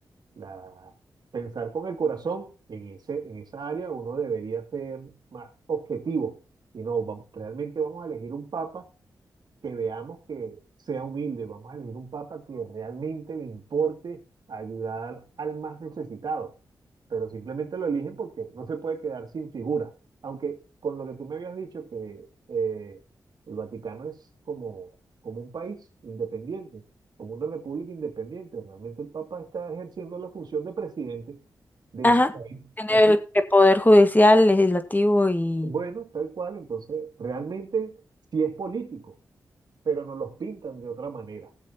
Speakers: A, on the right; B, on the left.
A: la, pensar con el corazón en ese, en esa área, uno debería ser más objetivo. Y no, vam- realmente vamos a elegir un papa que veamos que sea humilde. Vamos a elegir un papa que realmente le importe ayudar al más necesitado. Pero simplemente lo eligen porque no se puede quedar sin figura. Aunque con lo que tú me habías dicho, que eh, el Vaticano es como, como un país independiente, como una república independiente. Realmente el papa está ejerciendo la función de presidente de
B: Ajá.
A: ese país.
B: En
A: Así,
B: el el poder judicial, legislativo y...
A: bueno, tal cual. Entonces, realmente sí es político pero nos los pintan de otra manera,